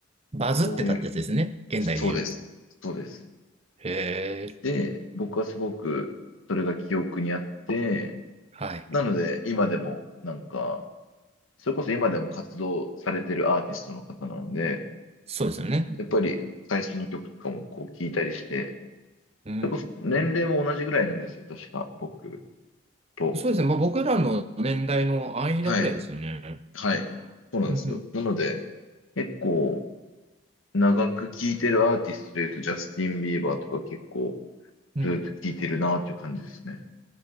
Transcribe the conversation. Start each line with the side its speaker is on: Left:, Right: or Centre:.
Right: バズってたってやつですね。
Left: そういう、
Right: 現代で言う。
Left: そうです。そうです。
Right: へえ。
Left: で、僕はすごくそれが記憶にあって、
Right: はい。
Left: なので今でもなんか、それこそ今でも活動されてるアーティストの方なので、
Right: そうですよね。
Left: やっぱり最新の曲とかもこう聞いたりして、
Right: うん。
Left: それこそ年齢も同じぐらいなんですよ、確か、僕と。
Right: そうですね。まあ、僕らの年代の間くらいですよね。
Left: はい。はい。そうなんですよ。
Right: うんうん。
Left: なので、結構、長く聴いてるアーティストで言うと、ジャスティン・ビーバーとか結構、
Right: うん
Left: ずっと聴いてるなっていう感じですね。